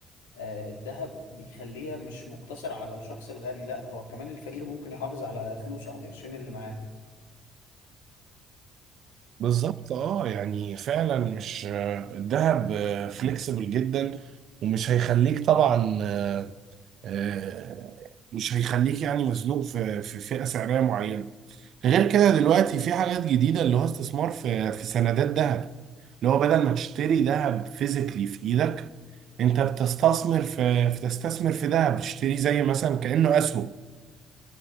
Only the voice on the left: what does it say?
آه، الذهب بيخليها مش مقتصر على الشخص الغني لا هو كمان الفقير ممكن يحافظ على فلوسه على القرشين اللي معاه